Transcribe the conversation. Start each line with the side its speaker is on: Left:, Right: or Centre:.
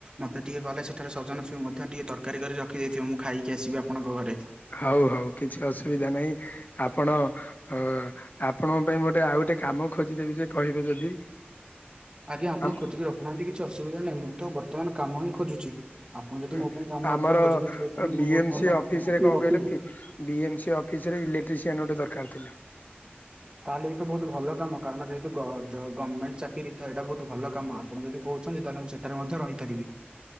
Right: ମୋତେ ଟିକେ ଗଲେ ସେଠାରେ ସଜନା ଛୁଇଁ ମଧ୍ୟ ଟିକେ ତରକାରୀ କରି ରଖିଦେଇଥିବ ମୁଁ ଖାଇକି ଆସିବି ଆପଣଙ୍କ ଘରେ।
Left: ହଉ ହଉ କିଛି ଅସୁବିଧା ନାହିଁ ଆପଣ ଅ, ଆପଣଙ୍କ ପାଇଁ ଗୋଟେ ଆଉ ଗୋଟେ କାମ ଖୋଜିଦେବି ଯେ କହିବେ ଯଦି।
Right: ଆଜ୍ଞା ଆପଣ
Left: ଆମ
Right: ଖୋଜିକି ରଖୁନାହାନ୍ତି କିଛି ଅସୁବିଧା ନାହିଁ, ମୁଁ ତ ବର୍ତ୍ତମାନ କାମ ହିଁ ଖୋଜୁଛି। ଆପଣ ଯଦି
Left: ଅଁ,
Right: ମୋ ପାଇଁ କାମ
Left: ଆମର
Right: ଅଧିକ ଖୋଜି
Left: ଅ,
Right: ଦେଇଥିବେ ତାହେଲେ
Left: ବି
Right: ମୁଁ ବହୁତ
Left: ଏମ୍
Right: ଭଲ
Left: ସି
Right: ହୁଅନ୍ତା।
Left: ଅଫିସ୍ ରେ କଣ କହିଲେ ଫି ବି ଏମ୍ ସି ଅଫିସ୍ ରେ ଇଲେକ୍ଟ୍ରିକସିଆନ୍ ଗୋଟେ ଦରକାର ଥିଲା।
Right: ତାହେଲେ ଏ ତ ବହୁତ ଭଲ କାମ କାରଣ ଯେହେତୁ ଗ-ଜ-ଗର୍ମେଣ୍ଟ ଚାକିରି ତ ଏଇଟା ବହୁତ ଭଲ କାମ। ଆପଣ ଯଦି କହୁଛନ୍ତି ତାହେଲେ ମୁଁ ସେଠାରେ ମଧ୍ୟ ରହିପାରିବି।